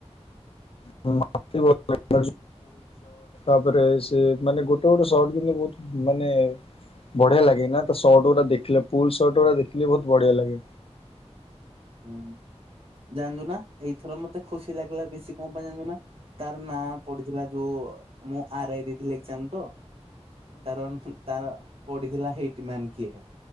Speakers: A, on the left; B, on the right.
A: <unintelligible> ଗୋଟେ ଗୋଟେ ସଟ <unintelligible> ବହୁତ ମାନେ ବଢିଆ ଲାଗେ ନା ତ ସର୍ଟ ଗୁଡା ଦେଖିଲେ ଫୁଲ ସର୍ଟ ଗୁଡା ଦେଖିଲେ ବହୁତ ବଢିଆ ଲାଗେ।
B: ହୁଁ। ଜାଣିଛୁ ନା ଏଇଥର ମତେ ଖୁସି ଲାଗିଲା ବେଶୀ କଣ ପାଇଁ ଜାଣିଛୁ ନା ତାର ନାଁ ପଡିଥିଲା ଯୋଉ ମୁଁ ଆର ଆଇ ଦେଇଥିଲି ଏକଜାମ ତ। ତାର ତାର ପଡିଥିଲା ହେଇଠି ମ୍ୟାନ୍ କିଏ?